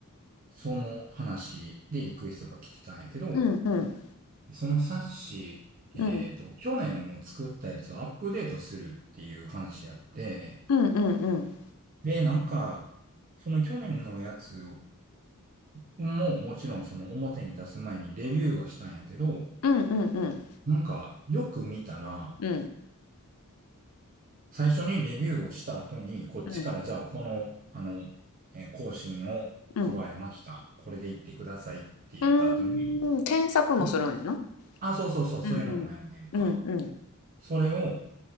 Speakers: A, on the right (about 40°); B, on the left (about 70°).
A: その話でリクエストが来てたんやけど、
B: うんうん。
A: その冊子、えっと、
B: うん
A: 去年も作ったやつをアップデートするっていう話やって、
B: うんうん。
A: で、なんか、その去年のやつもうもちろんその表に出す前にレビューはしたんやけど、
B: うんうんうん。
A: なんかよく見たら、
B: うん。
A: 最初にレビューをした後に、こっちからじゃあこの、
B: うん。
A: あの、えー更新を加えました。
B: うん。
A: これで言ってくださいって言った後に、
B: うーん、添削もするんやな。
A: えあ、そうそうそう、
B: うんうん。
A: そういうのもやんねんか。
B: うんうん。
A: それを